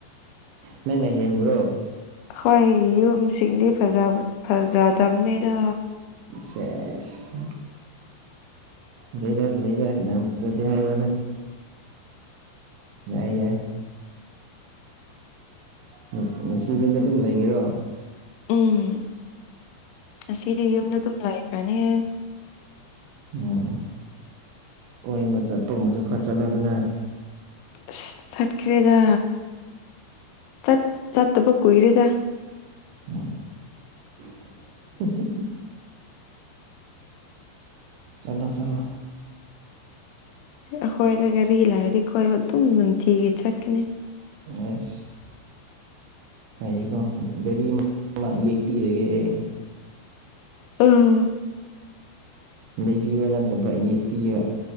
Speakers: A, on the right (about 80°); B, on the left (about 85°).
A: ꯅꯪꯅ ꯍꯦꯝꯕ꯭ꯔꯣ
B: ꯑꯈꯣꯏ ꯌꯨꯝꯁꯤꯡꯗꯤ ꯐꯖꯕ ꯐꯖꯗꯕꯅꯤꯗ
A: ꯁꯦꯁ ꯖꯩꯗ ꯐꯥꯖꯩꯗ ꯀꯅꯥ ꯐꯖꯗꯦ ꯍꯥꯏꯕꯅꯣꯗ ꯌꯥꯏ ꯌꯥꯏ ꯎꯝ ꯉꯁꯤ ꯌꯨꯝꯗ ꯑꯗꯨꯝ ꯂꯩꯒꯦꯔꯣ
B: ꯎꯝ ꯉꯁꯤꯗꯤ ꯌꯨꯝꯗ ꯑꯗꯨꯝ ꯂꯩꯈ꯭ꯔꯥꯅꯤꯌꯦ
A: ꯎꯝ ꯎꯝ ꯀꯣꯏꯕ ꯆꯠꯄꯒꯨꯝꯕꯖꯨ ꯈꯔ ꯆꯠꯂꯨꯗꯅ
B: ꯑꯁ ꯁꯠꯈ꯭ꯔꯦꯗ ꯆꯠ ꯆꯠꯇꯕ ꯀꯨꯏꯔꯦꯗ
A: ꯎꯝ ꯆꯂꯣ ꯆꯂꯣ
B: ꯑꯈꯣꯏꯗ ꯒꯥꯔꯤ ꯂꯥꯏꯔꯥꯗꯤ ꯀꯣꯏꯕ ꯑꯗꯨꯝ ꯅꯨꯡꯇꯤꯒꯤ ꯆꯠꯀꯥꯅꯤ
A: ꯑꯁ ꯐꯩꯌꯦꯀꯣ ꯒꯥꯔꯤ ꯑꯃ ꯌꯦꯛꯄꯤꯔꯒꯦ ꯑꯩ
B: ꯎꯝ
A: ꯂꯩꯕꯤꯕ ꯅꯠꯇꯕ ꯌꯦꯛꯄꯤꯕ